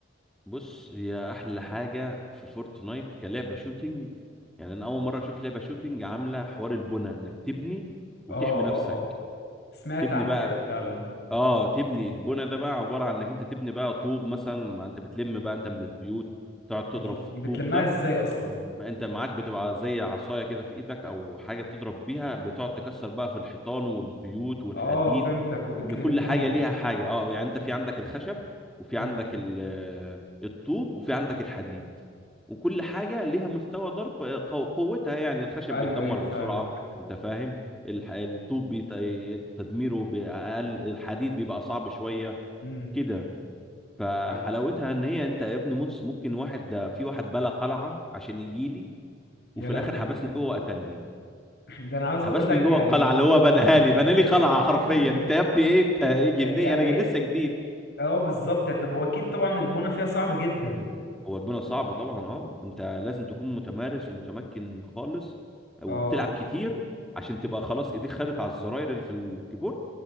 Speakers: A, in the centre; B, on the left (about 60°).
A: بص هي احلى حاجه في فورتنايت كلعبه شوتينج يعني انا اول مره اشوف لعبه شوتينج عامله حوار البنى انك تبني
B: اه
A: وتحمي نفسك
B: اه سمعت
A: تبني
B: عن
A: بقى
B: كده فعلا
A: اه تبني البنى ده بقى عباره عن انك انت تبني بقى طوب مثلا ما انت بتلم بقى انت من البيوت تقعد تضرب
B: بتل...
A: في الطوب
B: بتلمها
A: ده
B: ازاي اصلا
A: ما انت معاك بتبقى زي عصايه كده في ايدك او حاجه بتضرب بيها بتقعد تكسر بقى في الحيطان والبيوت والحديد
B: اه فهمتك وبتلمهم
A: ان كل حاجه ليها حاجه اه يعني انت في عندك الخشب وفي
B: امم
A: عندك ال- آه، الطوب وفي عندك الحديد وكل حاجه ليها مستوى ضرب آه، قو- قوتها يعني الخشب
B: ايوه
A: بيتدمر
B: ايوه
A: بسرعه
B: فاهمك
A: انت فاهم الح- الطوب بيت- تدميره باقل الحديد بيبقى صعب شويه
B: امم
A: كده فحلاوتها
B: أ-
A: ان هي انت يا ابني ممكن ممكن واحد ده في واحد بلا قلعه عشان يجيلي
B: يا
A: وفي
B: لهوي
A: الاخر حبسني جوه وقتلني
B: <clears throat> <laughs> ده انا عاوز
A: حبسني
B: اقول لك
A: جوه
B: يعني
A: القلعه اللي هو بناها لي بنى
B: <laughs>
A: لي
B: يا-
A: قلعه حرفيا انت يا ابني ايه انت ايه جنيه
B: يا-
A: انا لسه جديد
B: اه بالظبط طب هو اكيد طبعا البونه فيها صعب جدا
A: هو البناء صعب طبعا اه انت لازم تكون متمارس ومتمكن خالص وبتلعب
B: اه
A: كتير عشان تبقى خلاص ايديك خدت على الزراير اللي في الكيبورد